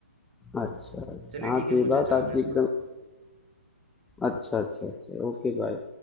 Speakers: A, in the centre; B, on the right.
A: अच्छा, अच्छा।
B: चलिए
A: हाँ,
B: ठीक है
A: तो ये
B: मुझे
A: बात
B: जाना
A: आपकी
B: है
A: एकदम
B: थोड़ा
A: अच्छा, अच्छा, अच्छा। Okay, bye.